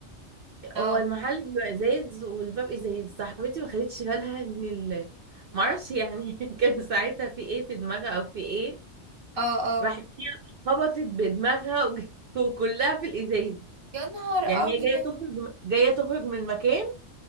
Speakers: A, on the right; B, on the right.
A: اه
B: هو المحل بيبقى ازاز والباب ازاز صاحبتي ما خدتش بالها ان ال... معرفش يعني <laughs> كان ساعتها في ايه في دماغها او في ايه
A: اه اه
B: راحت هي خبطت بدماغها وج... <laughs> وكلها في الازاز
A: يا نهار ابيض
B: يعني هي جايه تخرج جايه تخرج من مكان